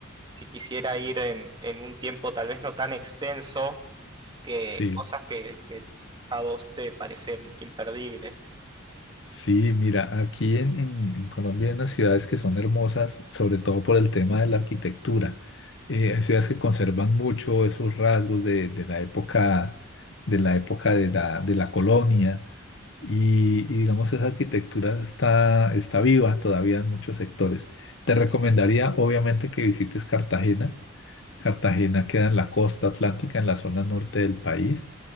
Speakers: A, on the right (about 20°); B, on the left (about 60°).
A: si quisiera ir en, en un tiempo tal vez no tan extenso, que
B: sí.
A: cosas que, que a vos te parecen imperdibles.
B: Sí, mira, aquí en, en- en Colombia hay unas ciudades que son hermosas, sobre todo por el tema de la arquitectura. Eh, hay ciudades que conservan mucho esos rasgos de, de la época, de la época de la, de la colonia y, y digamos esa arquitectura está, está viva todavía en muchos sectores. Te recomendaría obviamente que visites Cartagena. Cartagena queda en la costa atlántica, en la zona norte del país